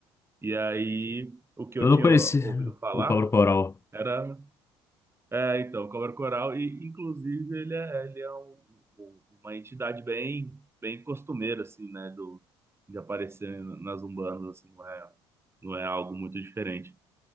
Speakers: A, on the right; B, on the left.
A: E aí o que eu
B: Eu
A: tinha
B: não conheci
A: ouvido falar
B: o cobra coral.
A: era, é, então, cobra coral e inclusive ele é, ele é um- um- uma entidade bem bem costumeira assim, né? Do de aparecer nas umbandas assim, não é não é algo muito diferente.